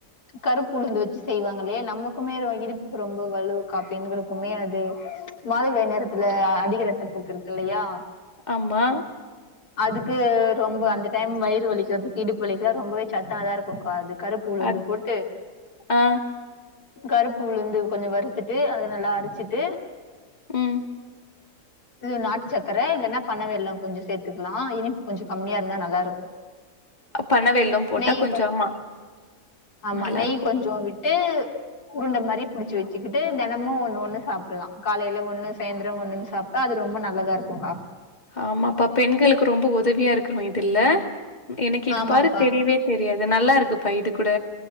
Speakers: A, on the left; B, on the left.
A: கருப்பு உளுந்து வச்சு செய்வாங்க இல்லையே நம்மக்குமே அது இடுப்புக்கு ரொம்ப வலுவு கா பெண்களுக்குமே அது மாதவிடாய் நேரத்துல அதிக ரத்தப்போக்கு இருக்கு இல்லையா
B: ஆமா
A: அதுக்கு ரொம்ப அந்த டைம் வயிறு வலிக்கிறதுக்கு இடுப்புவழிக்கிலா ரொம்பவே சத்தானதா இருக்குகா இது கருப் பு உளுந்து
B: அத்
A: போட்டு
B: ஆ
A: கருப்பு உளுந்து கொஞ்சோ வறுத்துட்டு அத நல்லா அரச்சிட்டு
B: ம்
A: இது நாட்டு சக்கர இல்லன்னா பணம் வெல்லோ கொஞ்சோ சேத் த்துக்கலா இனிப்பு கொஞ்சோ கம்மியா இருந்தா நல்லா இருக்கு
B: பனவெல்லம் போட்டா
A: நெய்
B: கொஞ்சோ
A: கொ
B: ஆமா
A: ஆமா
B: நல்லா
A: நெய்
B: இருக்கு
A: கொஞ்சோ விட்டு உருண்ட மாரி புடிச்சு வச்சுகிட்டு தேனமு ஒண்ணு ஒண்ணு சாப்பிடலா காலையில ஒண்ணு சாயந்திரம் ஒண்ணு சாப் டா அது ரொம்ப நல்லதா இருக்குக்கா
B: ஆமாப்பா பெண்களுக்கு ரொம்ப உதவியா இருக்கும் இது இல்ல எனக்கு இது
A: ஆமாப்பா
B: பாரு தெரியவே தெரியாது நல்லா இருக்குப்பா இது கூட